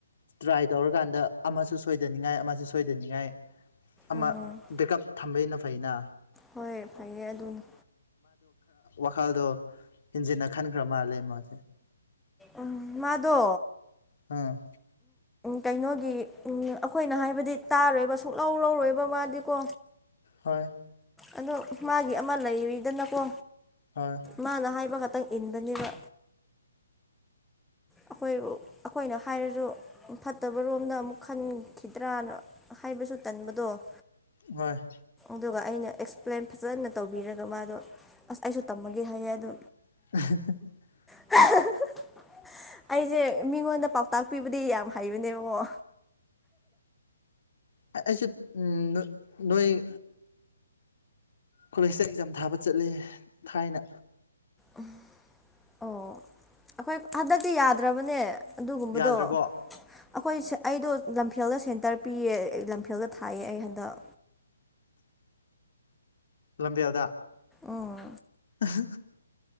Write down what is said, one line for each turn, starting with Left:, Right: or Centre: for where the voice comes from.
Left: ꯇ꯭ꯔꯥꯏ ꯇꯧꯔꯀꯥꯟꯗ ꯑꯃꯁꯨ ꯁꯣꯏꯗꯅꯕꯥ ꯁꯣꯏꯗꯅꯤꯡꯉꯥꯏꯒꯤ ꯑꯃꯁꯨ ꯁꯣꯏꯗꯅꯤꯡꯉꯥꯏ ꯑꯃ
Centre: ꯎꯝ
Left: ꯕꯦꯛꯀꯀꯞ ꯊꯝꯕꯩꯅ ꯐꯩꯅꯥ
Centre: ꯍꯣꯏ ꯐꯩꯌꯦ ꯑꯗꯨꯅꯤ
Left: ꯋꯥꯈꯜꯗꯣ ꯍꯦꯟꯖꯤꯟꯅ ꯈꯟꯈ꯭ꯔꯕꯥ ꯃꯥꯜꯂꯦ ꯃꯥꯏ
Centre: ꯎꯝꯝ ꯃꯥꯗꯣ꯫
Left: ꯍꯥꯥꯍ
Centre: ꯀꯩꯅꯣꯒꯤ ꯑꯩꯈꯣꯏꯅ ꯍꯥꯏꯕꯗꯤ ꯇꯥꯔꯣꯏꯕꯥ ꯁꯨꯛꯂꯧ ꯂꯧꯔꯣꯏꯗꯕꯅꯤ ꯃꯥꯗꯤꯀꯣ
Left: ꯍꯣꯏꯏꯏ
Centre: ꯑꯗꯣ ꯃꯥꯒꯤ ꯑꯃꯗꯤ ꯂꯩꯔꯤꯗꯅꯀꯣ
Left: ꯍꯣꯏ
Centre: ꯃꯥꯅ ꯍꯥꯏꯕ ꯈꯛꯇꯪ ꯅꯪ ꯏꯟꯒꯅꯤꯕꯥ ꯑꯩꯈꯣꯏꯁꯨ ꯑꯩꯈꯣꯏꯅ ꯍꯥꯏꯔꯁꯨ ꯐꯠꯇꯕꯔꯣꯝꯗꯥ ꯑꯃꯨꯛ ꯈꯟꯈꯤꯗ꯭ꯔꯅꯥ ꯍꯥꯏꯕꯁꯨ ꯇꯟꯕꯗꯨꯅꯤ
Left: ꯍꯣꯏꯏo
Centre: ꯑꯗꯨꯒ ꯑꯩꯅ ꯑꯦꯛꯁꯄ꯭ꯂꯦꯟ ꯐꯖꯅ ꯇꯧꯕꯤꯔꯒꯥ ꯃꯥꯗꯣꯁꯨ ꯑꯁ ꯑꯩꯁꯨ ꯇꯝꯃꯒꯦ ꯍꯥꯏꯌꯦ ꯑꯗꯣ꯫
Left: <unintelligible>
Centre: <unintelligible> ꯑꯩꯁꯦ ꯃꯤꯉꯣꯟꯗ ꯄꯥꯎꯇꯥꯛ ꯄꯤꯕꯗꯗꯤ ꯌꯥꯝ ꯍꯩꯕꯅꯦꯕꯀꯣ꯫
Left: ꯑꯩꯁꯨ ꯎꯝ ꯅꯣꯏꯒꯤ ꯀꯣꯂꯦꯁꯇꯥ ꯑꯦꯛꯖꯥꯝ ꯊꯥꯕ ꯆꯠꯂꯤ ꯊꯥꯏꯅ꯫
Centre: ꯎꯝ ꯑꯣ ꯑꯩꯈꯣꯏ ꯍꯟꯗꯛꯇꯤ ꯌꯥꯟꯗ꯭ꯔꯕꯅꯤ ꯑꯗꯨꯒꯨꯝꯕꯗꯨ꯫
Left: ꯌꯥꯗ꯭ꯔꯕꯣ
Centre: ꯑꯩꯈꯣꯏ ꯑꯩꯗꯣ ꯂꯝꯐꯦꯜꯗ ꯁꯦꯟꯇꯔ ꯄꯤꯌꯦ ꯂꯝꯐꯦꯜꯗ ꯊꯥꯏ ꯑꯩ ꯍꯟꯗꯛ꯫
Left: <inaudible> ꯂꯝꯕ°ꯟ ꯗꯥ
Centre: ꯎꯝ
Left: ꯑꯍꯥ